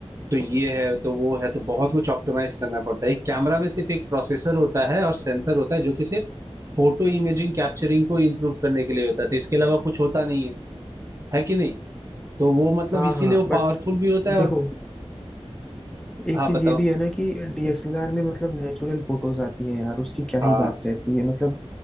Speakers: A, on the right; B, in the centre.
A: तो ये है तो वो है तो बहुत कुछ ऑप्टिमाइज करना पड़ता है एक कैमरा में सिर्फ एक प्रोसेसर होता है और सेंसर होता है जो कि सिर्फ फोटो इमेजिंग कैप्चरिंग को इम्प्रूव करने के लिए होता है तो इसके अलावा कुछ होता नहीं है है कि नहीं तो वो मतलब
B: हाँ
A: इसीलिए
B: हाँ
A: वो
B: बट
A: पावरफुल भी होता है
B: देखो
A: और
B: एक
A: हाँ
B: चीज
A: बताओ
B: ये भी है ना कि डीएसएलआर में मतलब नेचुरल फोटोज आती है यार उसकी क्या
A: हाँ
B: ही बात रहती है मतलब